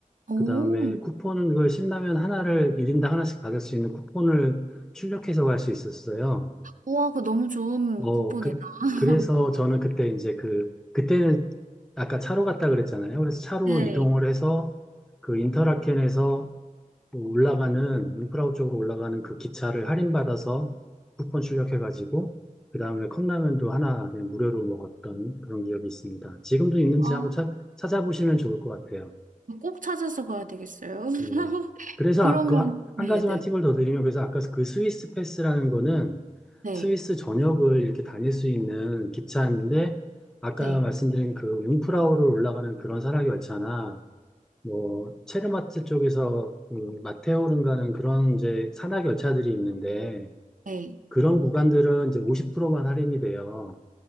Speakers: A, on the right; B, in the centre.
A: 오,
B: 그 다음에 쿠폰은 그 신라면 하나를 1인당 하나씩 받을 수 있는 쿠폰을 출력해서 갈 수 있었어요.
A: 우와, 그 너무 좋은
B: 어,
A: 쿠폰이다.
B: 그,
A: <laughs>
B: 그래서 저는 그때 이제 그, 그때는 아까 차로 갔다 그랬잖아요. 그래서 차로
A: 네.
B: 이동을 해서 그 인터라켄에서 올라가는, 융프라우 쪽으로 올라가는 그 기차를 할인받아서 쿠폰 출력해가지고, 그 다음에 컵라면도 하나 그냥 무료로 먹었던 그런 기억이 있습니다. 지금도 있는지
A: 아,
B: 한번 찾, 찾아보시면 좋을 것 같아요.
A: 꼭 찾아서 가야 되겠어요. <laughs>
B: 네네. 그래서
A: 그러면,
B: 아- 그 한, 한
A: 네,
B: 가지만
A: 네,
B: 팁을 더 드리면 그래서 아까 그 스위스 패스라는 거는
A: 네,
B: 스위스 전역을 이렇게 다닐 수 있는 기차인데 아까
A: 네,
B: 말씀드린 그 융프라우를 올라가는 그런 산악 열차나 뭐 체르마트 쪽에서 그 마테오른 가는 그런 이제 산악 열차들이 있는데
A: 네,
B: 그런 구간들은 이제 50%만 할인이 돼요.